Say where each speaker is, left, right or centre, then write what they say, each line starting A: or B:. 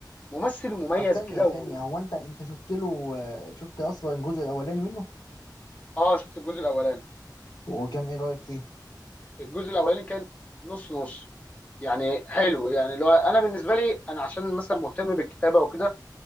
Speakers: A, on the left; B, on the left.
A: ممثل مميز
B: طب ثانية
A: كده
B: ثانية
A: و...
B: هو انت انت شفت له آه، شفت اصلا الجزء الاولاني منه
A: اه شفت الجزء الاولاني
B: وكان ايه رأيك فيه
A: الجزء الاولاني كان نص نص يعني حلو يعني لو انا بالنسبه لي انا عشان مثلا مهتم بالكتابه وكده